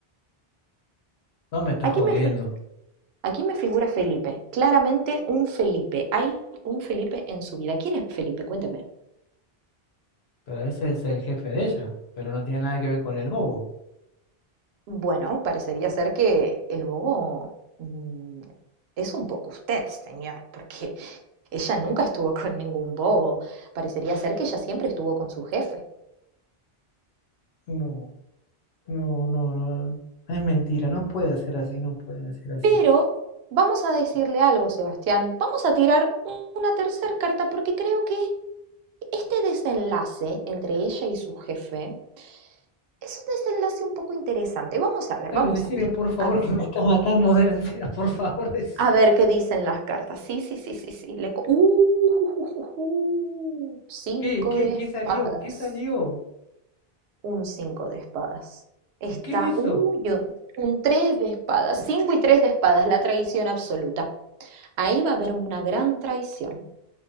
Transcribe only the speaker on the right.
Aquí
me, fi- aquí me figura Felipe, claramente un Felipe. Hay un Felipe en su vida. ¿Quién es Felipe? Cuénteme.
Bueno, parecería ser que el bobo mm, es un poco usted, señor, porque ella nunca estuvo con ningún bobo. Parecería ser que ella siempre estuvo con su jefe.
Pero vamos a decirle algo, Sebastián. Vamos a tirar una tercera carta porque creo que este desenlace entre ella y su jefe es un desenlace un poco interesante. Vamos a ver,
vamos
a ver.
A ver,
a ver qué dicen las cartas. Sí, sí, sí, sí, sí. Le co- ¡Uh! ju, ju, ju, Cinco
de
espadas.
Un cinco de espadas. Está,
uy,
un, un tres de espadas. Cinco y tres de espadas, la traición absoluta. Ahí va a haber una gran traición.